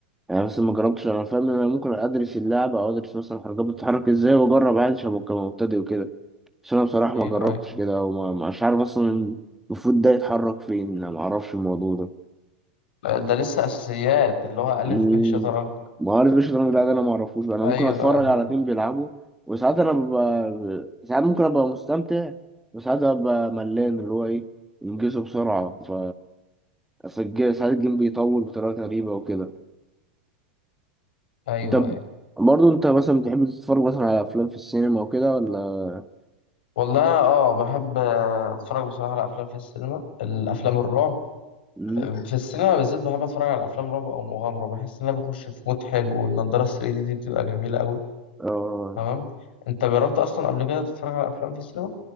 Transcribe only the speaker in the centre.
يعني مثلا ما جربتش انا فاهم ان انا ممكن ادرس اللعبه او ادرس مثلا الحركات بتتحرك ازاي واجرب عادي عشان ابقى مبتدئ وكده بس انا بصراحه
ما جربتش
كده وما مش عارف اصلا المفروض ده يتحرك فين انا ما اعرفش الموضوع ده
مم.
ما عارف ايش الشطرنج ده, ده انا ما اعرفوش بقى. انا
ممكن اتفرج
على اتنين بيلعبوا وساعات انا ببقى ساعات ممكن ابقى مستمتع وساعات ابقى ملان اللي هو ايه انجزه بسرعة ف أصل الج- ساعات الجيم بيطول بطريقة غريبة وكده
طب
برضه انت مثلا بتحب تتفرج مثلا على افلام في السينما وكده ولا
مم.
اه